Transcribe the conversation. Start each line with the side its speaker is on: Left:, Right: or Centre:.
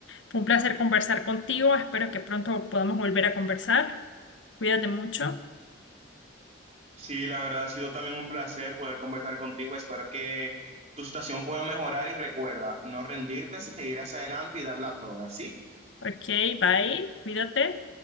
Left: Fue un placer conversar contigo, espero que pronto podamos volver a conversar. Cuídate mucho.
Right: Sí, la verdad ha sido también un placer poder conversar contigo. Espero que tu situación pueda mejorar y recuerda, no rendirte, seguir hacia adelante y darla toda. ¿Sí?
Left: Ok, bye, cuídate.